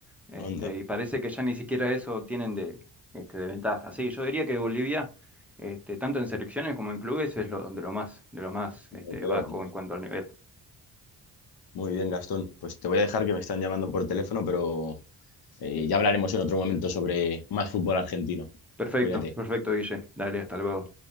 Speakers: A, in the centre; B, on the left.
A: este,
B: Onda.
A: y parece que ya ni siquiera eso tienen de, este, de ventaja. Sí, yo diría que Bolivia, este, tanto en selecciones como en clubes, es lo, de lo más, de lo más, este,
B: Lo peor,
A: bajo
B: ¿no?
A: en cuanto al nivel.
B: Muy bien, Gastón. Pues te voy a dejar que me están llamando por teléfono, pero eh, ya hablaremos en otro momento sobre más fútbol argentino.
A: Perfecto,
B: Cuídate.
A: perfecto, Guille. Dale, hasta luego.